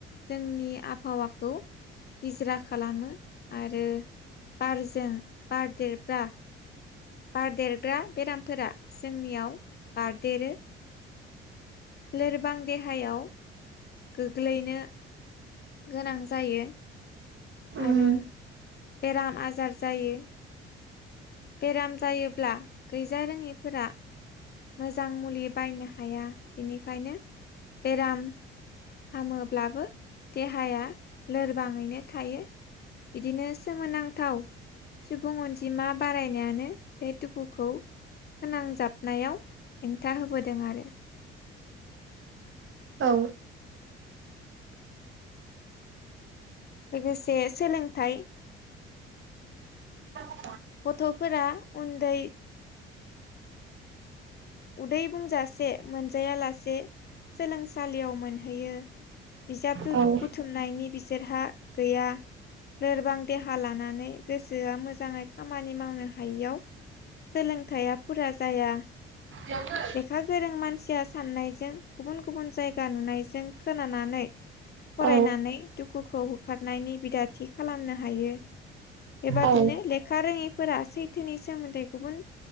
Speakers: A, on the left; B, on the right.
A: जोंनि आबहावाखौ गिजरा खालामो आरो बारजों बार देरब्ला्रा बारदेरग्रा बेरामफोरा जोंनियाव बारदेरो। लोरबां देहायाव गोग्लैनो। गोनां जायो।
B: औ
A: आरो बेराम आजार जायो। बेराम जायोब्ला गैजारोङिफोरा मोजां मुलि बायनो हाया बेनिखायनो बेराम हामोब्लाबो देहाया लोरबाङैनो थायो। बिदिनो सोमोनांथाव सुबुं अनजिमा बारायनायानो बे दुखुखौ। फोनांजाबनायाव हेंथा होबोदों आरो।
B: औ
A: लोगोसे सोलोंथाइ
B: आ
A: गथ'फोरा उन्दै उदै बुंजासे मोनजायालासे सोलोंसालियाव मोनहैयो। बिजाब
B: औ औ
A: बुथुमनायनि बिसोरहा गैया लोरबां देहा लानानै गोसोआ मोजाङै खामानि मावनो हायियाव सोलोंथायाइया फुरा जाया।
B: <unintelligible>
A: लेखा गोरों मानसिया साननायजों गुबुन गुबुन जायगा नुनायजों खोनानानै फरायनानै
B: औ
A: दुखुखौ होखारनायनि बिदाथिखालामनो हायो। बेबादिनो
B: औ
A: लेखा रोङैफोरा सैथोनि सोमोन्दै गुबुन